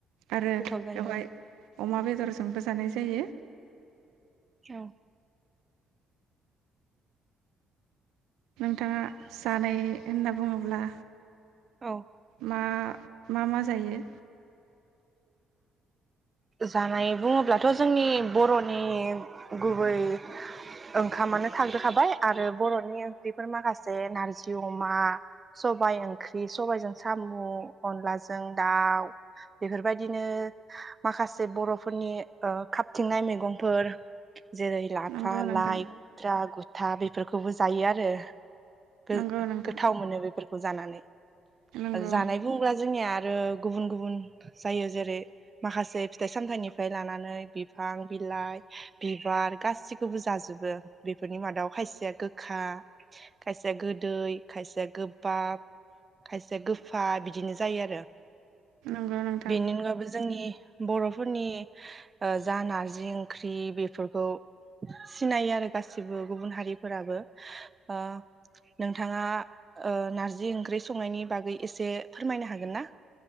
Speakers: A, on the right; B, on the right.
A: आरो
B: गोथाव जायो
A: बेवहाय अमा बेदरजोंबो जानाय जायो।
B: औ
A: नोंथाङा जानाय होनना बुङोब्ला
B: औ
A: मा, मा मा जायो?
B: जानाय बुङोब्लाथ' जोंनि बर'नि गुबै ओंखामानो थाग्रोखाबाय आरो बर'नि ओंख्रिफोर माखासे नारजि अमा सबाय ओंख्रि सबायजों साम' अनलाजों दाव बेफोरबायदिनो माखासे बर'फोरनि ओ खाबथिंनाय मैगंफोर जेरै ला
A: नंगौ
B: फा,
A: नोंथां
B: लाय, द्रागु था बेफोरखौबो जायो आरो। गो-गोथाव
A: नंगौ नोंथां
B: मोनो बेफोर खौ जानानै
A: नंगौ
B: जानाय बुङोब्ला जोंनिया आरो गुबुन गुबुन जायो जेरै माखासे फिथाइ सामथाइनिफ्राय लानानै बिफां बिलाइ बिबार गासिखौबो जाजोबो बेफोरनि मादाव खायसेया गोखा, खायसेया गोदै, खायसेया गोबाब, खायसेया गोफा बिदिनो जायो आरो।
A: नंगौ नोंथां
B: बेनि अनगाबो जोंनि बर'फोरनि ओ जा नारजि ओंख्रि बेफोरखौ सिनायो आरो गासिबो गुबुन हारिफोराबो ओ नोंथाङा ओ नारजि ओंख्रि संनायनि बागै एसे फोरमायनो हागोन ना?